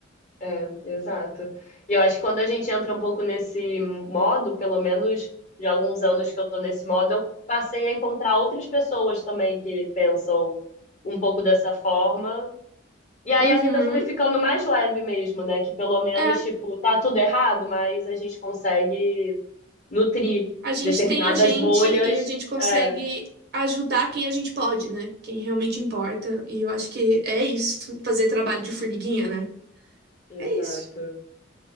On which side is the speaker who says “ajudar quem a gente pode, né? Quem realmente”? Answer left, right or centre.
Right